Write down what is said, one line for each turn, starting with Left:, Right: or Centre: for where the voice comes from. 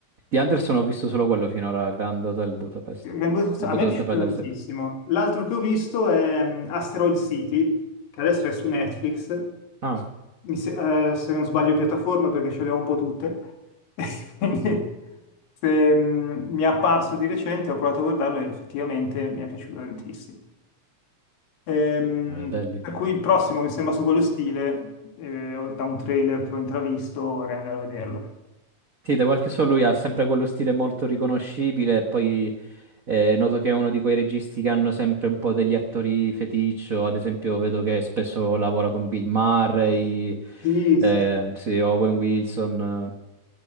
Right: Di Anderson ho visto solo quello finora, Grand Hotel Budapest.
Left: Rainbow Six-
Right: Il
Left: A
Right: Budapest
Left: me è piaciuto
Right: Hotel,
Left: tantissimo.
Right: sì.
Left: L'altro che ho visto è mm, Asteroid City, che adesso è su Netflix,
Right: Ah,
Left: Mi se, eh, se non sbaglio piattaforma perché ce le ho un po' tutte. <laughs> Quindi se, mm, mi è apparso di recente, ho provato a guardarlo e effettivamente mi è piaciuto tantissimo. Ehm,
Right: vabbè, belli.
Left: per cui il prossimo mi sembra su quello stile, eh, da un trailer che ho intravisto, vorrei andare a vederlo.
Right: Sì, da quel che so lui ha sempre quello stile molto riconoscibile e poi eh, noto che è uno di quei registi che hanno sempre un po' degli attori feticcio, ad esempio vedo che spesso lavora con Bill Murray,
Left: Sì,
Right: eh,
Left: sì. sì.
Right: sì, Owen Wilson,